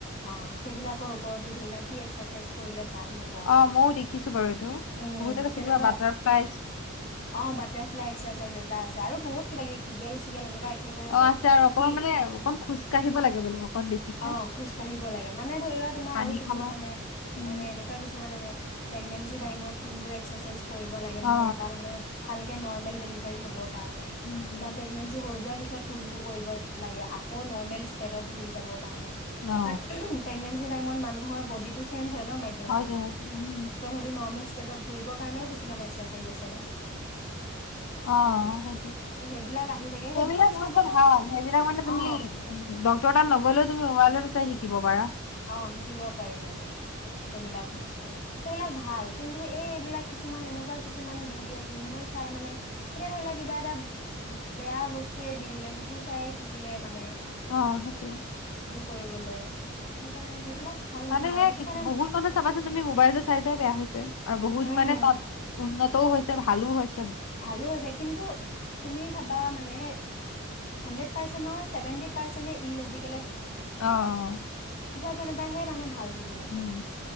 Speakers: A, on the left; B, on the left.
A: অ সেইবিলাকৰ ওপৰতো ধৰি ললে কি এক্সাৰচাইজ কৰিলে ভাল হ'ব
B: অ মইও দেখিছো বাৰু এইটো বহুতে
A: উম
B: কৈ
A: তেনেকুৱা
B: চাকিবা বাটাৰফ্লাইজ
A: অ বাটাৰফ্লাই এক্সাৰচাইজ এটা আছে আৰু বহুত কিবা কিবি কিেল চিগ এনেকুৱা
B: অ আছে আৰু অকমান
A: কি
B: মানে অকন খোজ কাঢ়িব লাগে বোলে অকন বেছিকে
A: অ খোজ কাঢ়িব লাগে মানে ধৰা তোমাৰ
B: পানী
A: আৰু কিছুমান
B: খাব
A: আছে
B: উম
A: মানে এনেকুৱা কিছুমান আহে প্ৰেগনেটচি তাইমত কোনবোৰ একচাচাইজ ক কৰিব লাগে
B: অ অ
A: মানে টা মানে ভাল নৰ্মেল ডেলিভাৰী হ'ব ে
B: উম উম
A: বা প্ৰেগনেটচি হৈ যোৱা পা ব ল আকৌ নৰমেল ষ্টেটত ঘূৰী যাব ণে
B: অ
A: <unintelligible> প্ৰেগনেট াই মানুহৰ বডি চে্জ ম
B: হয় যে হয় যে উম
A: ম ষ্টেটতূৰিব কাৰণেও কিছুমান একচাৰচাইজছে
B: অ সেইটো
A: সেইবিলাক আহি থাকে
B: সেইবাক
A: সেইবিলাক চাবলে
B: অস্থ ভাল সেইবিলাক মানে তুমি
A: অ
B: ডটৰ তাত নগলেও তুমি ৱাই চাই শ শাকিব পাৰা
A: অ শিকিব পাৰি মানে সেইবিলাক বস্তু সেইবিলাক ভাল কিন্তু এই এইবিলাক কিছুমান এনেকুৱা কিছুমান দি দিয়ে যোনবোৰ চাই মানে এতিয়া ধৰি লোৱা কিবা এটা বেয়া বস্তুৱয়ে দি দিলে সেইটো চাই শিকিলে মানে
B: অ সেইটোৱে
A: কৰিবলে সেইকাৰণে সেইবিলাক ভাল নহয়
B: মানে হে
A: আৰু সেইটো
B: কিছু
A: কাৰণে
B: বহুত মানুহ চাবাচোন তুমি মোবাইলতটো চাই চাই বেয়া হৈছে আৰু বহুত
A: উম
B: মানে তাত উন্নতও হৈছে ভালো হৈছে।
A: ভালো হৈছে কিন্তু তুমি চাবা মানে হান্দ্ৰেদ পাৰ্চেন্তৰ ছেভেন্টি পাৰ্চেন্টে ইলজিকেলে থাকে।
B: আহ অ
A: এ হে মানে ভাল ভিডিঅ' মানে
B: উম